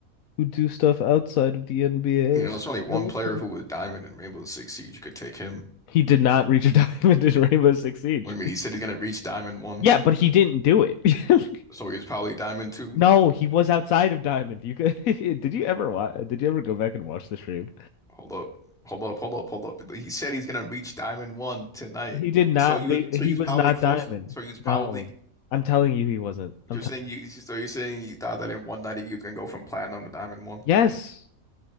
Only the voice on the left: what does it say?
who do stuff outside of the NBA.
I will
take.
He did not reach a <laughs> diamond in Rainbow Six Siege.
Yeah, but he didn't do it. <laughs>
No, he was outside of Diamond. You could, <laughs> did you ever watch, did you ever go back and watch the stream?
He did not
re
he
was
not
Diamond.
No. I'm telling you he wasn't. I'm
telling
Yes.